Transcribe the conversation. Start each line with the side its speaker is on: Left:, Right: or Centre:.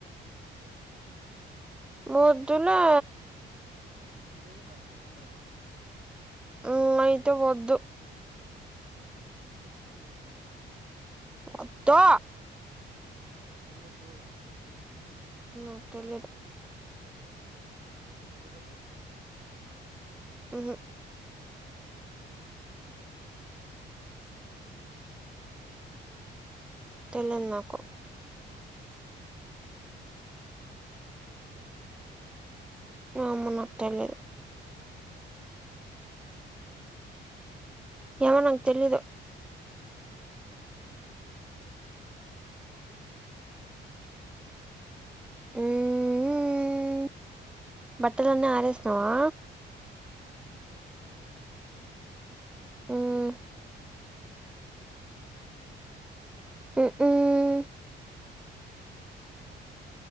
Right: మ్
Centre: వద్దులే
Right: జిమ్ ఖర్చులు ఉంటాయి కదా
Centre: ఉ అయితే వద్దు
Right: ఎం వద్దు
Centre: వద్దో
Right: ఎందుకు
Centre: నాకు తెలీదు
Right: ఎందుకు వద్దు చెప్పు
Centre: మ్ మ్ తెలీదు నాకు
Right: ఎందుకు
Centre: ఏమో నాకు తెలియదు
Right: ఆ
Centre: ఏమో నాకు తెలీదు మ్ మ్ బట్టలన్నీ ఆరేస్తావా
Right: మ్
Centre: ఉమ్ మ్ మ్